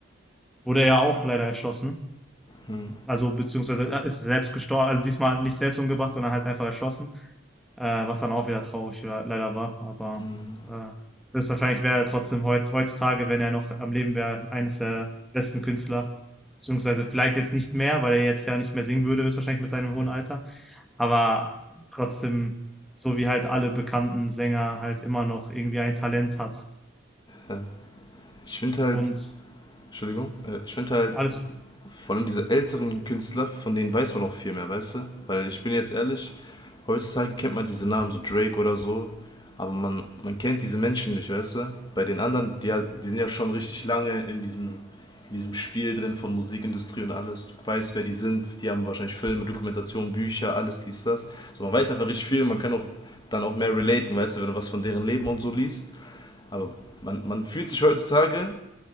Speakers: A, in the centre; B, on the left.
A: wurde er ja auch leider erschossen.
B: Mhm.
A: Also beziehungsweise er ist selbst gestorben. Also diesmal nicht selbst umgebracht, sondern halt einfach erschossen. Äh, was dann auch wieder traurig le- leider war. Aber
B: Mhm.
A: äh, höchstwahrscheinlich wäre er trotzdem heutz, heutzutage, wenn er noch am Leben wäre, eines der besten Künstler. Beziehungsweise vielleicht jetzt nicht mehr, weil er jetzt ja nicht mehr singen würde, höchstwahrscheinlich mit seinem hohen
B: ja.
A: Alter. Aber trotzdem, so wie halt alle bekannten Sänger halt immer noch irgendwie ein Talent hat.
B: ja. Ich finde halt,
A: Und
B: Entschuldigung, äh, ich finde halt,
A: alles,
B: vor allem diese älteren Künstler, von denen weiß man auch viel mehr, weißt du? Weil ich bin jetzt ehrlich, heutzutage kennt man diese Namen, so Drake oder so, aber man, man kennt diese Menschen nicht, weißt du? Bei den anderen, die, die sind ja schon richtig lange in diesem, in diesem Spiel drin von Musikindustrie und alles. Du weißt, wer die sind, die haben wahrscheinlich Filme, Dokumentationen, Bücher, alles dies, das. So, man weiß einfach richtig viel, man kann auch dann auch mehr relaten, weißt du, wenn du was von deren Leben und so liest. Aber man, man fühlt sich heutzutage,